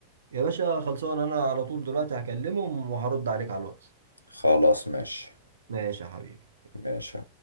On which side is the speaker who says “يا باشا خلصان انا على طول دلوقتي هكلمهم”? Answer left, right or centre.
Right